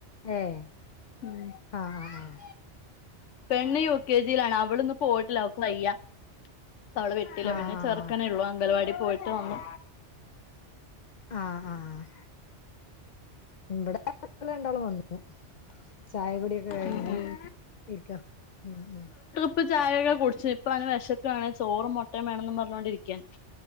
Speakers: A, on the left; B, on the left.
A: ഏഹ്
B: ഉം
A: ആഹ് ആഹ്
B: പെണ്ണ് യു കെ ജിയിലാണ് അവളിന്ന് പോയിട്ടില്ല അവൾക്ക് വയ്യ അവളെ വിട്ടില്ല
A: ആഹ് ആഹ്
B: പിന്നെ ചെറുക്കനേ ഉള്ളൂ അംഗൻവാടി പോയിട്ട് വന്നു
A: ആഹ് ആഹ് ഇവിടെ മക്കള് രണ്ടാളും വന്നു ചായ കുടിയൊക്കെ കഴിഞ്ഞ്
B: ഉം ഉം
A: ഇരിക്ക ഉം ഉം
B: ഇപ്പം ചായകെ കുടിച്ച് ഇപ്പം അവന് വെശക്കാണ് ചോറും മൊട്ടം വേണംന്നും പർഞ്ഞോണ്ടിരിക്കാ